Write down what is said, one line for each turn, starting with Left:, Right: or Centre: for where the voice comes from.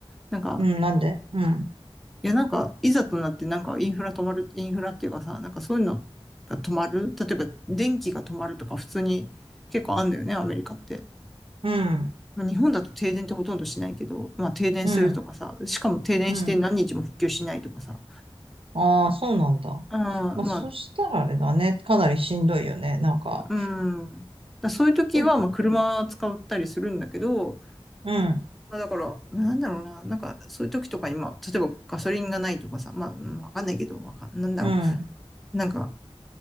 Centre: なんか、
Right: うん、なんでうん。
Centre: いやなんか、いざとなってなんかインフラ止まる、インフラっていうかさ、なんかそういうのが止まる。例えば電気が止まるとか普通に結構あんだよね、アメリカって。
Right: うん。
Centre: まあ日本だと停電ってほとんどしないけど、まあ停電するとかさ、
Right: うん、
Centre: しかも停電して何日も復旧しないとかさ、
Right: うん。ああ、そうなんだ。
Centre: あーまあ
Right: まあ、そしたらあれだね。かなりしんどいよね。なんか、
Centre: うん。だそういう時は、
Right: う
Centre: まあ、車使ったりするんだけど、
Right: うん、
Centre: まあ、だから、まあ、なんだろうな、なんか、そういう時とかに、まあ、例えばガソリンがないとかさ、まあ、うんわかんないけど、わかんなんだろ
Right: うん、
Centre: う、なんか、